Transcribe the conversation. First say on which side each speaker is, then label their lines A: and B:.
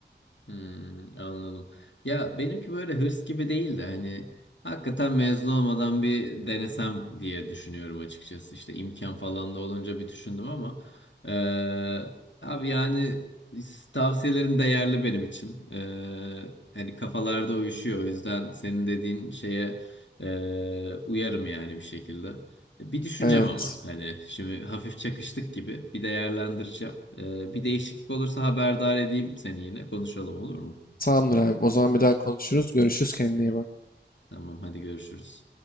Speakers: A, on the left; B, on the left.
A: Hmm, anladım. Ya benimki böyle hırs gibi değil de hani hakikaten mezun olmadan bir denesem diye düşünüyorum açıkçası. İşte imkan falan da olunca bir düşündüm ama eee, abi yani tavsiyelerin değerli benim için. Eee, hani kafalarda uyuşuyor. O yüzden senin dediğin şeye eee, uyarım yani bir şekilde. Bir düşüneceğim
B: Evet.
A: ama hani şimdi hafif çakıştık gibi bir değerlendireceğim. Ee, bir değişiklik olursa haberdar edeyim seni yine konuşalım olur mu?
B: Tamamdır abi. O zaman bir daha konuşuruz. Görüşürüz. Kendine iyi bak.
A: Tamam hadi görüşürüz.